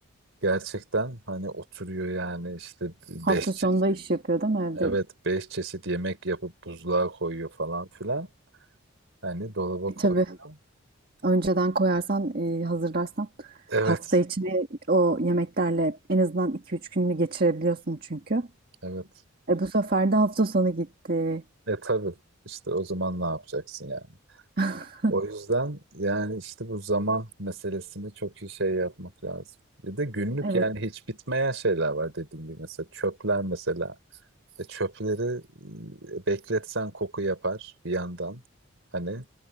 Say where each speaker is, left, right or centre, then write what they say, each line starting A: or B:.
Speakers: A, on the right (about 65°); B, on the right (about 45°).
A: gerçekten hani oturuyor yani işte beş
B: Hafta sonunda
A: çeşit
B: iş yapıyor değil mi evde?
A: evet beş çeşit yemek yapıp buzluğa koyuyor falan filan. Hani dolaba
B: E,
A: koyuyor.
B: tabii. Önceden koyarsan, e, hazırlarsan
A: Evet,
B: hafta içini o yemeklerle en azından iki üç gününü geçirebiliyorsun çünkü.
A: evet.
B: E bu sefer de hafta sonu gitti.
A: E tabii işte o zaman ne yapacaksın yani?
B: <laughs>
A: O yüzden yani işte bu zaman meselesini çok iyi şey yapmak lazım. Bir de günlük
B: Evet,
A: yani hiç bitmeyen şeyler var dediğim gibi mesela çöpler mesela. E, çöpleri e, bekletsen koku yapar bir yandan. Hani